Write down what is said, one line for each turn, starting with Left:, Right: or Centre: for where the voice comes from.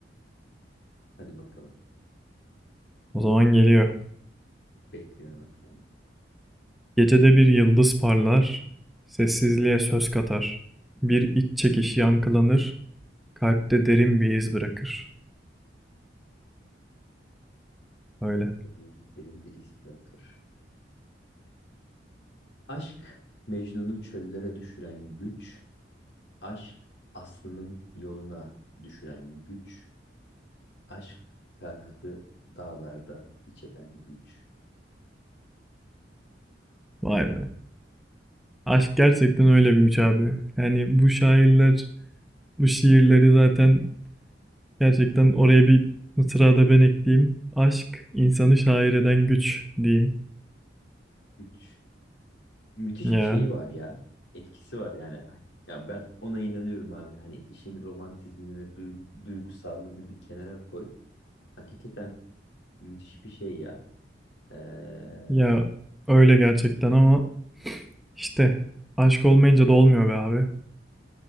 Left: Hadi bakalım.
Centre: O zaman geliyor.
Left: Bekliyorum efendim.
Centre: Gecede bir yıldız parlar, sessizliğe söz katar. Bir iç çekiş yankılanır, kalpte derin bir iz bırakır. Öyle.
Left: Sevgi Derin bir iz bırakır. Aşk Mecnun'u çöllere düşüren güç. Aşk Aslı'nın yoluna düşüren güç. Aşk Ferhat'ı dağlarda iç eden güç.
Centre: Vay be. Aşk gerçekten öyle bir güç abi. Yani bu şairler, bu şiirleri zaten gerçekten oraya bir mısra da ben ekleyeyim. Aşk insanı şair eden güç diyeyim.
Left: Güç müthiş
Centre: Ya
Left: bir şeyi var ya. Etkisi var yani. Ya ben ona inanıyorum abi. Hani işin romantizmini ve duy- duygusallığını bir kenara koy. Hakikaten müthiş bir şey ya. Ee,
Centre: Ya öyle gerçekten ama işte aşk olmayınca da olmuyor be abi.